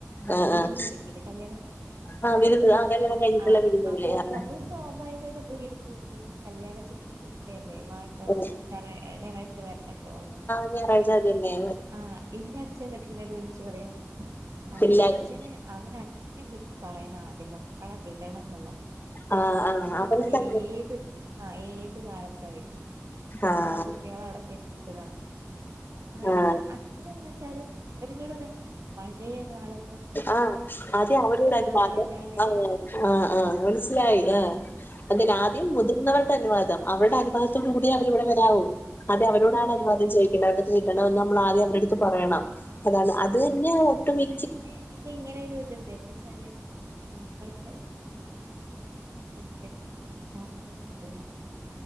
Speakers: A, on the right (about 80°); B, on the left (about 40°).
A: ഏഹ്
B: ആഹ്
A: വീട്ടിന്ന്
B: ആഹ്
A: വിളിക്ക്ണ്ട്. കല്യാണം കഴിഞ്ഞ്
B: ആഹ്
A: അപ്പൊ
B: വിരുന്ന് ആഹ് കല്യാണം കഴിഞ്ഞിട്ടുള്ള
A: ആഹ്
B: വിരുന്നുകള്
A: അപ്പൊ
B: ആഹ്
A: നമ്മള് സ്വാഭാവികമായിട്ട് നമ്മള് വീണ്ടും വിളിക്കയും കല്യാണ ചെക്കിനെയും പെണ്ണി ല്യല്ലേ വാട്ടോ
B: ആഹ്
A: ഞറാ ഞായറാഴ്ച്ച വരണട്ടോ പറഞ്ഞാണ്ട്
B: ഞായറാഴ്ച്ച അതന്നെ
A: ആഹ് ഇന്റച്ഛൻ ഇങ്ങട്ട് ഇന്നോട് വിളിച്ചു പറയും അവര്
B: എല്ലാരും
A: അച്ഛനെ അവരച്ഛനെ വിളിച്ച് പറയണം ആദ്യം മക്കളെ വിടണം എന്നുള്ളത്
B: ആഹ്
A: ഏഹ്
B: ആഹ്
A: ഞാൻ പറയാ
B: അവർക്കത്
A: നിങ്ങളേത് ആഹ് ഏത് കാലത്തായ്ച്ച്
B: ആഹ്
A: എന്താ ആ കുട്ടിയളെ അവിടെ കെട്ടിട്ടതാണ് കാരണം
B: ആഹ്
A: അച്ഛനെങ്ങനെ വെച്ചാല് എന്നോട് എന്നോട് പറയ പഴയ കാലത്ത്
B: ആഹ് അതെ അവരുടല്ലാതെ
A: കഴിഞ്ഞാല്
B: അത് ആഹ് ആഹ് ആഹ് മനസ്സിലായി ആഹ് അതിനാദ്യം മുതിർന്നവർ രുടെ അനുവാദം അവരുടെ അനുവാദത്തോടുകൂടിയെ അവരിവിടെ വരവു. അതെ അവരോടാണ്
A: അ
B: അനുവാദം ചോയി പിന്നെ അവരുടത്ത് വിടണമെന്ന് നമ്മളാദ്യം അവരടുത്ത് പറയണം. അതാണ് അത് തന്നെ ഒട്ടുമി
A: പിന്നെ പിന്നെ ഇങ്ങനൊരു ഇത്ണ്ട് എന്താ വച്ചാല് നമ്മളെ വായിക്കാതെ <unintelligible> ഉസ്താദിനോട് പറയാ